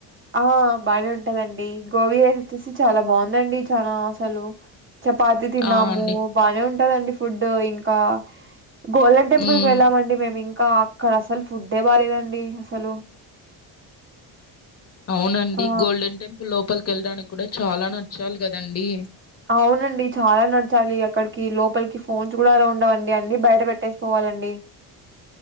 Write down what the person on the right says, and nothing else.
ఆ బాగానే ఉంటదండి గోబీ రైస్ వచ్చేసి చాలా బాగుందండి చనా అసలు. చపాతి తిన్నాము
బానే ఉంటదండి ఫుడ్ ఇంకా. గోల్డెన్ టెంపుల్
కి వెళ్ళామండి మేము ఇంకా అక్కడ అసలు ఫుడ్ బాగాలేదండి అసలు.
ఆ!
అవునండి చాలా నడచాలి అక్కడికి లోపలికి ఫోన్స్ కూడా అలా ఉండవండి అన్ని బయట పెట్టేసి. పోవాలండి.